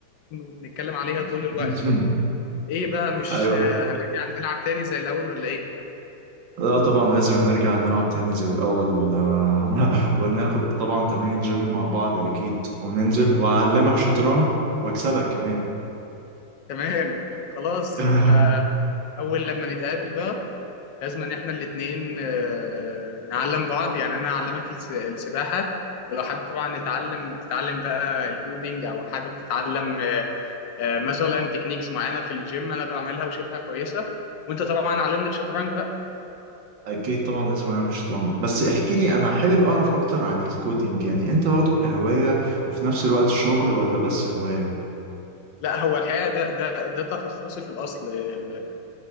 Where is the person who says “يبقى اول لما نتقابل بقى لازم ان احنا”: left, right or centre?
Left